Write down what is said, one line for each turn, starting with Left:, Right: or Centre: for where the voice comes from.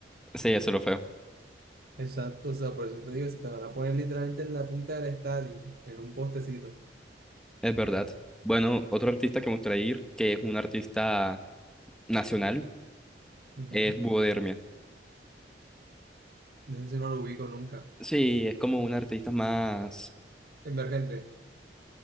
Centre: Sí, eso es lo feo,
Right: Exacto, o sea, por eso te digo, se te van a poner literalmente en la punta del estadio, en un postecito.
Centre: es verdad. Bueno, otro artista que me gustaría ir, que es un artista nacional,
Right: Ujú.
Centre: es Buodermia.
Right: No sé si no lo ubico nunca.
Centre: Sí, es como un artista más,
Right: Emergente.